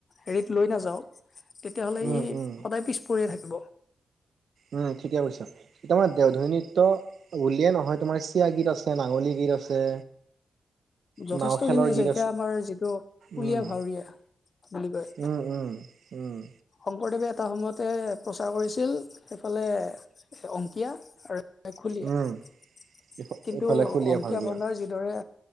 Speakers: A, on the left; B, on the right.
A: হেৰিত লৈ নাযাওঁ তেতিয়াহ'লে
B: উম
A: ই
B: উম
A: সদায় পিছ পৰিয়ে থাকিব
B: উম ঠিকে কৈছা। তাৰমাৰ দেওধনী নৃত্য বুলিয়ে নহয় তোমাৰ চিয়া গীত আছে নাঙলী গীত আছে।
A: যথেষ্ট
B: নাও খেলৰ
A: খিনি আছে
B: গীত
A: এতিয়া আমাৰ যিটো ঢুলীয়া
B: উম।
A: -ভাৱৰীয়া বুলি কয়
B: উম, উম, উম।
A: শংকৰদেৱে এটা সময়তে প্ৰচাৰ কৰিছিল সেইফালে অংকীয়া আৰু খুলীয়া
B: উম, ইফ
A: কিন্তু
B: ইফালে খুলীয়া
A: অংকীয়া
B: ভাৱৰীয়া।
A: ভাওনাৰ যি যিদৰে